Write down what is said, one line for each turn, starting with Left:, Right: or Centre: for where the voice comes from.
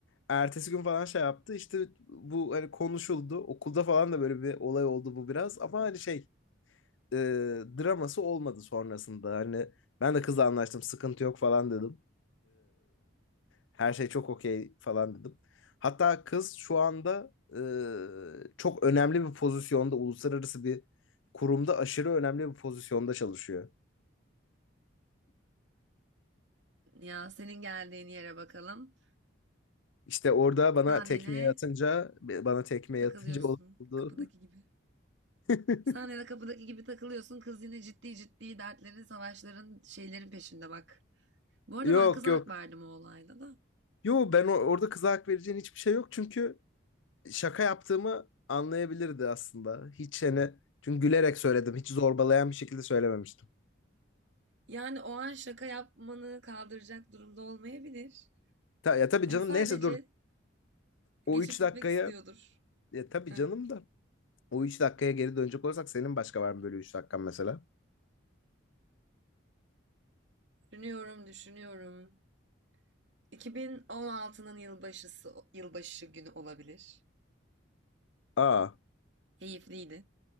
Left: Ertesi gün falan şey yaptı. İşte bu hani konuşuldu. Okulda falan da böyle bir olay oldu bu biraz. Ama hani şey e, draması olmadı sonrasında. Hani ben de kızla anlaştım sıkıntı yok falan dedim. Her şey çok okey falan dedim. Hatta kız şu anda e, çok önemli bir pozisyonda, uluslararası bir kurumda aşırı önemli bir pozisyonda çalışıyor.
Right: Ya senin geldiğin yere bakalım.
Left: İşte orada bana
Right: Sen
Left: tekmeyi
Right: yine
Left: atınca, bana tekmeyi
Right: takılıyorsun
Left: atınca oldu.
Right: kapıdaki gibi.
Left: <laughs>
Right: Sen yine kapıdaki gibi takılıyorsun. Kız yine ciddi ciddi dertlerin, savaşların, şeylerin peşinde bak. Bu arada
Left: Yok
Right: ben kıza
Left: yok.
Right: hak verdim o olayda da.
Left: Yo ben o- orada kıza hak vereceğin hiçbir şey yok çünkü şaka yaptığımı anlayabilirdi aslında. Hiç hani çünkü gülerek söyledim. Hiç zorbalayan bir şekilde söylememiştim.
Right: Yani o an şaka yapmanı kaldıracak durumda olmayabilir.
Left: Ta, ya tabii
Right: Hani
Left: canım
Right: sadece
Left: neyse dur. O
Right: geçip
Left: 3 dakikaya
Right: gitmek istiyordur.
Left: ya tabii
Right: Heh.
Left: canım da O 3 dakikaya geri dönecek olursak senin başka var mı böyle üç dakikan mesela?
Right: Düşünüyorum, düşünüyorum. 2016'nın yılbaşısı, yılbaşı günü olabilir.
Left: Aa.
Right: Keyifliydi.